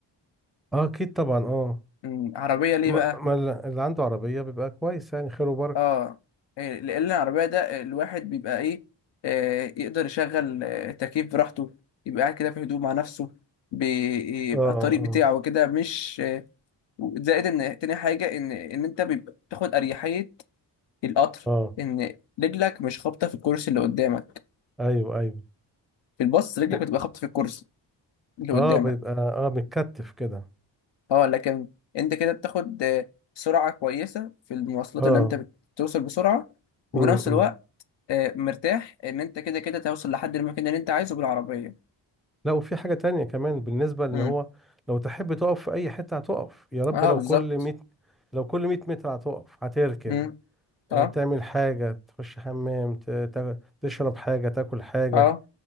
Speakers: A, in the centre; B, on the left.
A: اه اكيد طبعا اه
B: مم، عربية ليه
A: ما
B: بقى؟
A: ما الل- اللي عنده عربية بيبقى كويس يعني خير وبركة
B: اه إيه، لأن العربية ده الواحد بيبقى ايه آه، يقدر يشغل آه، تكييف براحته يبقى قاعد كده في هدوء مع نفسه بيبقى
A: اه اه
B: الطريق بتاعه كده مش آه، زائد ان تاني حاجة ان ان انت بيبقى بتاخد اريحية القطر
A: اه
B: ان رجلك مش خابطة في الكرسي اللي قدامك
A: ايوه ايوه
B: في الباص رجلك
A: و-
B: بتبقى خابطة في الكرسي اللي
A: اه
B: قدامك
A: بيبقى اه متكتف كده
B: اه لكن انت كده بتاخد آه، سرعة كويسة في المواصلات
A: اه
B: اللي انت بتوصل بسرعة وفي
A: امم
B: نفس الوقت آه، مرتاح ان انت كده كده توصل لحد المكان اللي انت عايزه بالعربيه
A: لا وفي حاجة تانية كمان بالنسبة لان
B: امم
A: هو لو تحب تقف في اي حتة هتقف يا رب
B: اه
A: لو
B: بالظبط
A: كل 100 لو كل 100 متر هتقف هتركن
B: امم
A: آه،
B: اه
A: تعمل حاجة تخش حمام ت- ت- تشرب حاجة تاكل حاجة
B: اه